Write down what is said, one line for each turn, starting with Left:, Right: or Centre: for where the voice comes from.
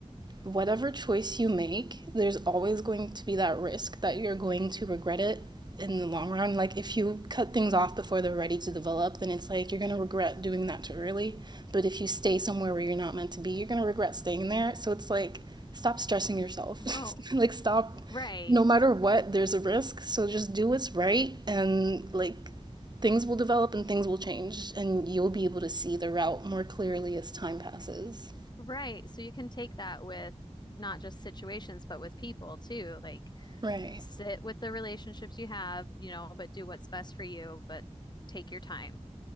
Right: whatever choice you make, there's always going to be that risk that you're going to regret it in the long run. Like if you cut things off before they're ready to develop, then it's like you're going to regret doing that too early. But if you stay somewhere where you're not meant to be, you're going to regret staying there. So it's like stop stressing yourself.
Left: Oh.
Right: <laughs> like stop
Left: Right.
Right: no matter what, there's a risk. So just do what's right and like things will develop and things will change and you'll be able to see the route more clearly as time passes.
Left: Right. So you can take that with not just situations, but with people too. Like
Right: Right.
Left: sit with the relationships you have, you know, but do what's best for you, but take your time.